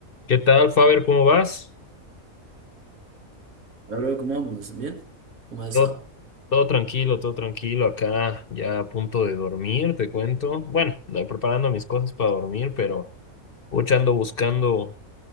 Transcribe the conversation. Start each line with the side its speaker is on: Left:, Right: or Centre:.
Left: ¿Qué tal, Faber? ¿Cómo vas?
Right: Hola, bro, ¿cómo vamos? ¿Bien? ¿Cómo has estado?
Left: Todo, todo tranquilo, todo tranquilo. Acá ya a punto de dormir, te cuento. Bueno, estoy preparando mis cosas para dormir, pero pucha, ando buscando,